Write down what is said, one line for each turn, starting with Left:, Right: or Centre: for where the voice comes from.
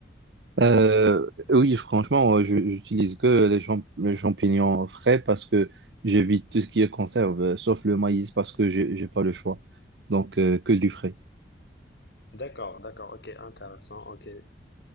Right: Euh, oui, franchement, euh, je- j'utilise que les, champ- les champignons frais parce que j'évite tout ce qui est conserve, euh, sauf le maïs parce que j'ai j'ai pas le choix. Donc, euh, que du frais.
Left: D'accord, d'accord, ok, intéressant, ok.